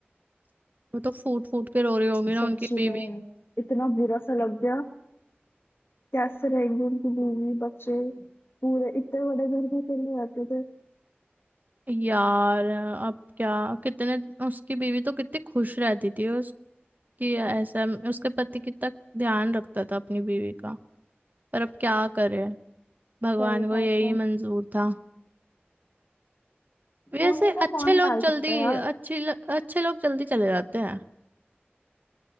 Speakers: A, on the right; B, on the left.
A: वो तो फूट फूट के रो रही होगी ना
B: सच्ची
A: उनकी बीवी
B: में इतना बुरा सा लग गया कैसे रहेंगे उनकी बीवी बच्चे पूरे इतने बड़े घर में अकेले रहते थे
A: यार अब क्या कितने उसकी बीवी तो कितनी खुश रहती थी उसकी ऐसा उसके पति कितना ध्यान रखता था अपनी बीवी का पर अब क्या करे भगवान
B: सही
A: को
B: बात
A: यही
B: है
A: मंजूर था वैसे
B: होनी को
A: अच्छे
B: कौन
A: लोग
B: टाल सकता
A: जल्दी
B: है यार
A: अच्छे अच्छे लोग जल्दी चले जाते हैं